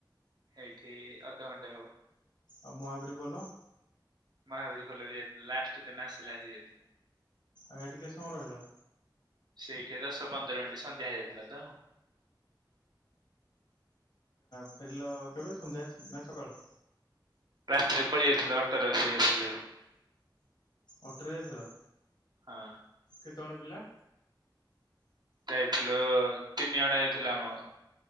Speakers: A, on the right; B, on the left.
A: ଏଇଠି ଅଧଘଣ୍ଟା ହବ।
B: ଆଉ ମହାବୀର ଗଲ।
A: ମହାବୀର ଖୋଲ ବି ଯାଇଥିଲା ଲାଷ୍ଟ ତ ନାସିଲା ଆସି ଯାଇଥିଲେ।
B: ଆଇ ଟିକେ ସମୟ ରହିଲ?
A: ସେଇଠି ଦଶ ପନ୍ଦର ମିନିଟ ସନ୍ଧ୍ୟା ହେଇଯାଇଥିଲା ତ।
B: ଫେରିଲ କେବେ ସନ୍ଧ୍ୟା ଆସିକି ନା ସକାଳୁ
A: ରାତିରେ ପଳେଇ ଯାଇଥିଲୁ ଅଟୋରେ ବସିକ ଆସିଲୁ ଏ।
B: ଅଟୋରେ ଯାଇଥିଲ।
A: ହଁ।
B: କେତେଜଣ ପିଲା?
A: ଯାଇଥିଲୁ ତିନି ଜଣ ଯାଇଥିଲା ଆମ